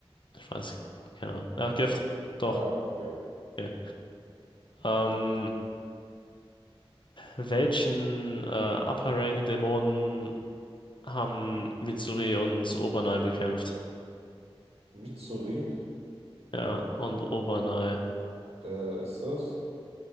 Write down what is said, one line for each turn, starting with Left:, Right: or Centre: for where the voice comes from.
Left: Ich weiß, keine Ahnung. Ja, Gift. Doch.
Right: Ah, okay.
Left: Okay. Ähm, welchen äh, Upper Rank Dämonen haben Mitsuri und Obernai bekämpft?
Right: Mitsuri,
Left: Ja, und Obernai.
Right: wer ist das?